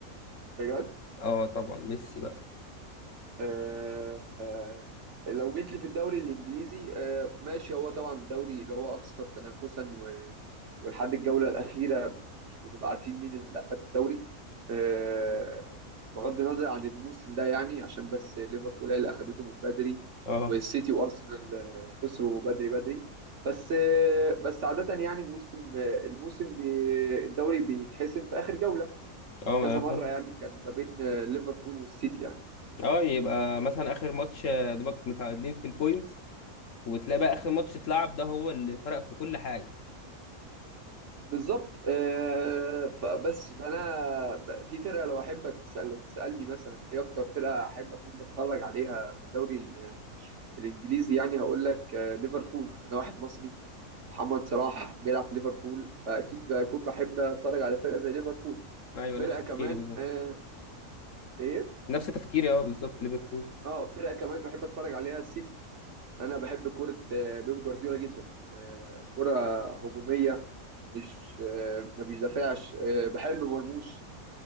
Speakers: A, on the right (about 55°); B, on the left (about 60°).
A: بجد
B: اه طبعا ميسي بقى
A: آه، آه، لو جيت لي في الدوري الانجليزي آه، ماشي هو طبعا الدوري اللي هو اكثر تنافسا و... ولحد الجوله الاخيره مش بنبقى عارفين مين اللي اخذ الدوري آه، بغض النظر عن الموسم ده يعني عشان بس ليفربول هي اللي اخذته من بدري
B: اه
A: والسيتي وارسنال آه، خسروا بدري بدري بس آه، بس عاده يعني الموسم آه، الموسم بي... الدوري بيتحسم في اخر جوله
B: اه ما
A: كذا
B: انا
A: مره
B: فاهم
A: يعني كان ما بين آه، ليفربول والسيتي يعني
B: اه يبقى مثلا اخر ماتش آه، دوبك متعادلين في البوينتس وتلاقي بقى اخر ماتش اتلعب ده هو اللي فرق في كل حاجه
A: بالظبط آه، فبس فانا ب- في فرقه لو احب تسال لو تسالني مثلا ايه اكتر فرقه احب اكون بتفرج عليها في الدوري ال- الانجليزي يعني هقول لك آه، ليفربول انا واحد مصري محمد صلاح بيلعب في ليفربول فاكيد بكون بحب اتفرج على فرقه زي ليفربول
B: ايوه
A: فرقه
B: نفس
A: كمان
B: تفكيري بالظبط
A: آه ايه
B: نفس تفكيري اه بالظبط ليفربول
A: اه فرقه كمان بحب اتفرج عليها السيتي انا بحب كره آه، بيب جوارديولا جدا آه، كره هجوميه مش آه، ما بيدافعش آه، بحب مرموش